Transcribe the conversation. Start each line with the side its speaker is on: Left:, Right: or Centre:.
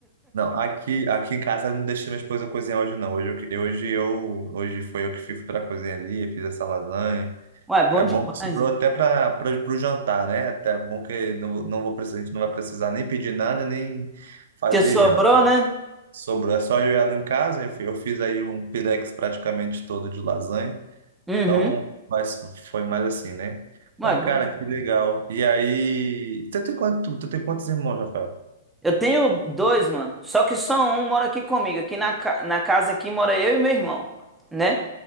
Right: Não, aqui, aqui em casa eu não deixei minha esposa cozinhar hoje, não. Hoje, eu, que- hoje, eu, hoje foi eu que fui pra cozinha ali, eu fiz essa lasanha.
Centre: Ué, bom
Right: É
Centre: demais,
Right: bom que sobrou
Centre: né?
Right: até para o jantar, né? Até é bom que não, vou- não vou precisar, a gente não vai precisar nem pedir nada, nem fazer
Centre: Porque sobrou,
Right: janta.
Centre: né?
Right: Sobrou, é só eu e ela em casa. Eu fi- eu fiz aí um pirex praticamente todo de lasanha.
Centre: Uhum.
Right: Então, mas foi mais assim, né?
Centre: Ué,
Right: Mas,
Centre: bom
Right: cara,
Centre: demais.
Right: que legal. E aí, tu tem quanto, tu tem quantos irmãos, Rafael?
Centre: Eu tenho dois, mano. Só que só um mora aqui comigo. Aqui na, ca- na casa aqui mora eu e meu irmão, né?